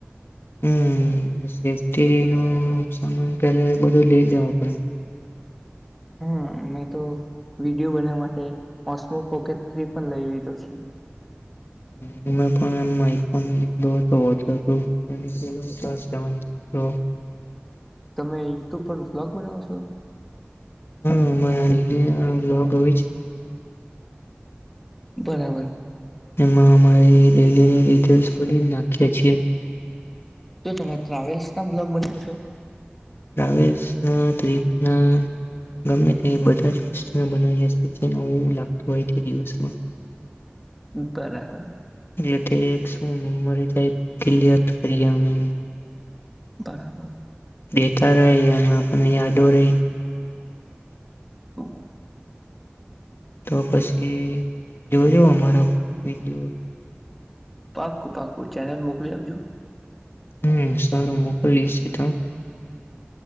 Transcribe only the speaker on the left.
હમ સેફ્ટી નું સામાન પે બધું લઇ જવા પડે
પણ એ આઈફોન લીધો હતોનીળ <inaudible>
હા્લોગ હોય છે <inaudible>
એમાં અમારી ડેલીની ડિટેલસ બધી નાખ્યા છીએ.
ટ્રાવેલસ ના ટીપ ના ગમે તે બધા વસ્તુ ના બનાવી છિ એલાગતું હોય તે દિવસમાં
એટલે તે એક મેમરી ટ ક્લયર કરી. <unintelligible>
દેતા રે એ આપને યાદો રહી.
તો પછી જોજો અમારા
હમ સારું મોકલી છે તો